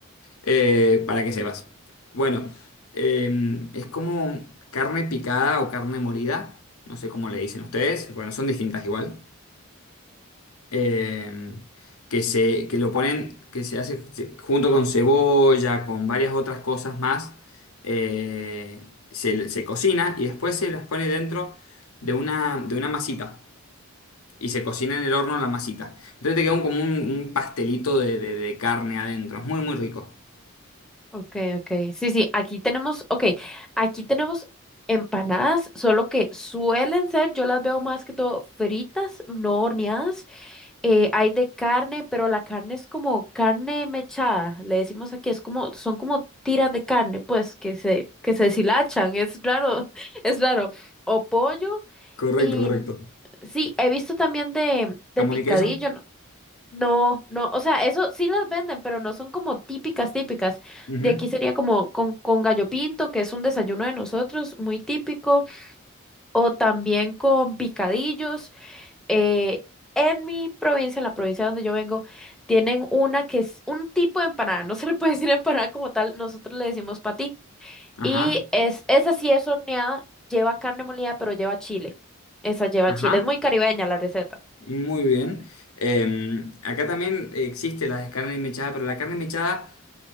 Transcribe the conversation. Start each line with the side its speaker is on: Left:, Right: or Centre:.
Left: Eh, para que sepas. Bueno, eh, es como carne picada o carne molida, no sé cómo le dicen ustedes, bueno, son distintas igual, Eh, que se, que lo ponen, que se hace se- junto con cebolla, con varias otras cosas más, eh, se, se cocina y después se las pone dentro de una, de una masita. Y se cocina en el horno la masita. Entonces te queda un- como un, un pastelito de, de de carne adentro. Es muy, muy rico.
Centre: Okay, okay. Sí, sí, aquí tenemos, okay, aquí tenemos empanadas, solo que suelen ser, yo las veo más que todo fritas, no horneadas, Eh, hay de carne, pero la carne es como carne mechada, le decimos aquí, es como, son como tiras de carne, pues, que se, que se deshilachan, es raro, <laughs> es raro. O pollo,
Left: Correcto,
Centre: y
Left: correcto.
Centre: mm, sí, he visto también de, de
Left: Jamón
Centre: picadillo,
Left: y queso.
Centre: no, no, no, o sea, eso sí las venden, pero no son como típicas, típicas.
Left: Ujú.
Centre: De aquí sería como con, con gallo pinto, que es un desayuno de nosotros, muy típico, o también con picadillos eh, en mi provincia, en la provincia donde yo vengo, tienen una que es un tipo de empanada, no se le puede <laughs> decir empanada como tal, nosotros le decimos patí. Y
Left: Ajá,
Centre: es, esa sí es horneada, lleva carne molida, pero lleva chile. Esa lleva
Left: ajá.
Centre: chile, es muy caribeña la receta.
Left: Muy bien. Eh, acá también existe la carne mechada, pero la carne mechada